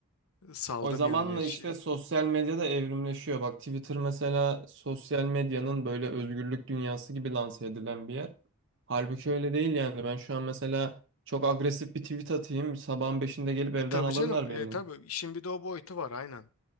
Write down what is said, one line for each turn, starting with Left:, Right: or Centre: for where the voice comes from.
Left: saldım
Right: O zamanla
Left: yani her şeyi.
Right: işte sosyal medya da evrimleşiyor. Bak Twitter mesela sosyal medyanın böyle özgürlük dünyası gibi lanse edilen bir yer. Halbuki öyle değil yani. Ben şu an mesela çok agresif bir tweet atayım. Sabahın beşinde gelip evden
Left: E tabii
Right: alırlar
Left: canım
Right: beni.
Left: e tabii işin bir de o boyutu var aynen.